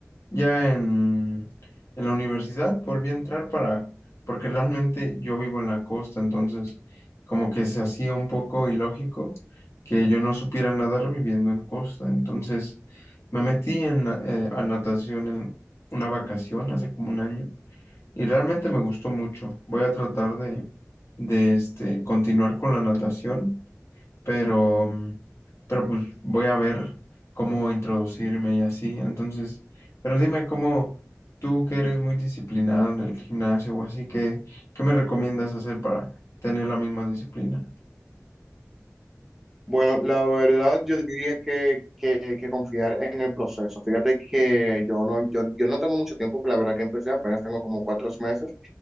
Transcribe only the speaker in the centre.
Bueno, la verdad yo diría que, que, que confiar en el proceso. Fíjate que yo no, yo, yo no tengo mucho tiempo, que la verdad que empecé apenas tengo como cuatro meses.